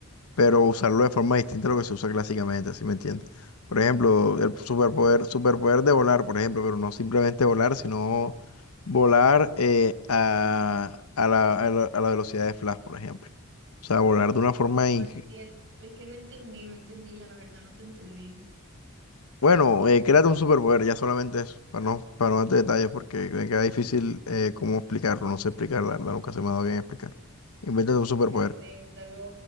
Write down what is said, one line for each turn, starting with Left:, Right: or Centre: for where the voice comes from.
Left: pero usarlo de forma distinta a lo que se usa clásicamente, ¿sí me entiendes? Por ejemplo,
Right: No,
Left: el superpoder, superpoder de volar, por ejemplo, pero no simplemente volar, sino volar eh, a, a la, a la a la velocidad de Flash, por ejemplo. O sea, volar de una forma
Right: Pero
Left: increíble
Right: no entiendo, es que no entendí, no entendí, la verdad, no te entendí.
Left: Bueno, eh, créate un superpoder, ya solamente eso, para no, para no darte detalles, porque me queda difícil eh, cómo explicarlo, no sé explicar, la verdad, nunca se me ha dado bien explicar. Invéntate un superpoder.
Right: Pero inténtalo,